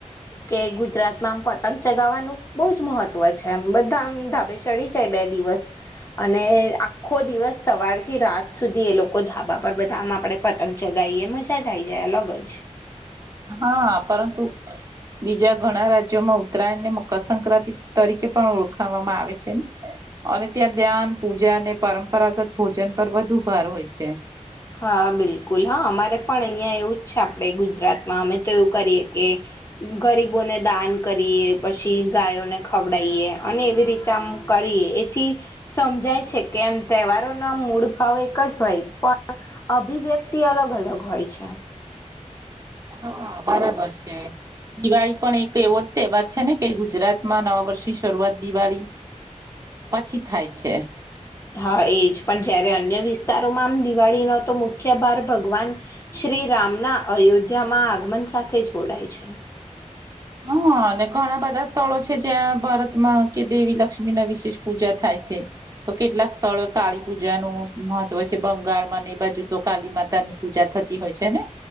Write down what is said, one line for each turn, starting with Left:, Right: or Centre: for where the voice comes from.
Left: કે ગુજરાતમાં આમ પતંગ ચગાવવાનું બોજ મહત્વ છે આમ બધાં આમ ધાબે ચડી જાય બે દિવસ. અને આખો દિવસ સવારથી રાત સુધી એ લોકો ધાબા ઉપર બધાં આમ આપડે પતંગ ચગાવીએ મજા જ આવી જાય અલગ જ.
Right: હા, પરંતુ બીજા ઘણાં રાજ્યોમાં ઉત્તરાયણને મકરસક્રાંતિ તરીકે પણ ઓળખાવામાં આવે છે ને અને ત્યાં ધ્યાન પૂજા અને પરંપરાગત ભોજન પર વધુ ભાર હોય છે.
Left: હા બિલકુલ હા, અમારે પણ અહીયાં એવું જ છે આપણેે ગુજરાતમાં અમે તો એવું કરીએ કે ગરીબોને દાન કરીએ પછી ગાયોને ખવડાઈએ અને એવી રીતે આમ કરીએ એથી સમજાય છે કે એમ તહેવારોના મૂળ ભાવ એક જ હોય પણ અભિવ્યક્તિ અલગ અલગ હોય છે.
Right: હા બરાબર છે, દિવાળી પણ એક એવો જ તહેવાર છે ને કે ગુજરાતમાં નવા વર્ષની શરૂઆત દિવાળી પછી થાય છે.
Left: હા એજ, પણ જયારે અન્ય વિસ્તારોમાં આમ દિવાળીનો તો મુખ્ય ભાર ભગવાન શ્રી રામના અયોધ્યામાં આગમન સાથે જોડાય છે.
Right: હા, અને ઘણા બધા સ્થળો છે જ્યાં ભારતમાં કે દેવી લક્ષ્મીના વિશેષ પૂજા થાય છે તો કેટલાક સ્થળો કાળી પૂજાનું મહત્વ છે બંગાળમાં ને એ બાજુ તો કાળી માતાની પૂજા થતી હોય છે ને.